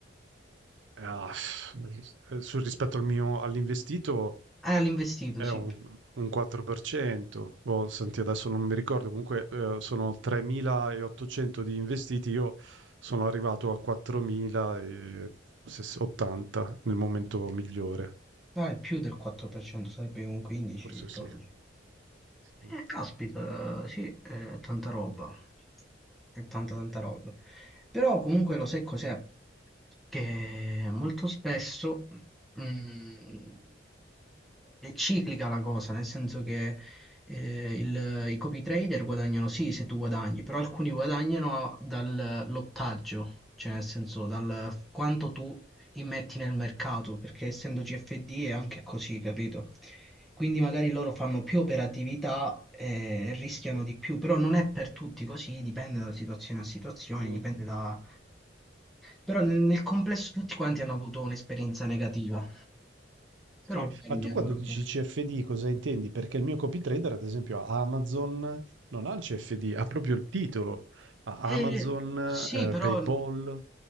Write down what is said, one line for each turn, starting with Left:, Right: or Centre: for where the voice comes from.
Right: ah, eh, sul rispetto al mio, all'investito
Centre: Eh, all'investito,
Right: è
Centre: sì.
Right: un, un 4%, boh, senti, adesso non mi ricordo, comunque eh, sono 3.800 di investiti, io sono arrivato a 4.080 nel momento migliore,
Centre: No, è più del 4%, sarebbe un 15-12.
Right: forse sì. Mm.
Centre: Eh, caspita, sì, è tanta roba. È tanta tanta roba. Però comunque lo sai cos'è? Che molto spesso mm, è ciclica la cosa, nel senso che eh, il- i copy trader guadagnano sì se tu guadagni, però alcuni guadagnano dal lottaggio, cioè nel senso dal f- quanto tu immetti nel mercato, perché essendo CFD è anche così, capito? Quindi magari loro fanno più operatività e rischiano
Right: Sì.
Centre: di più, però non è per tutti così, dipende da situazione a situazione,
Right: Mm.
Centre: dipende da... Però nel, nel complesso tutti quanti hanno avuto un'esperienza negativa,
Right: Sì,
Centre: però magari
Right: ma
Centre: mi
Right: tu quando
Centre: auguro
Right: dici
Centre: che...
Right: CFD cosa intendi? Perché il mio copy-trader, ad esempio, a Amazon non ha il CFD, ha proprio il titolo. Ha Amazon,
Centre: Eh, sì,
Right: eh,
Centre: però
Right: PayPal,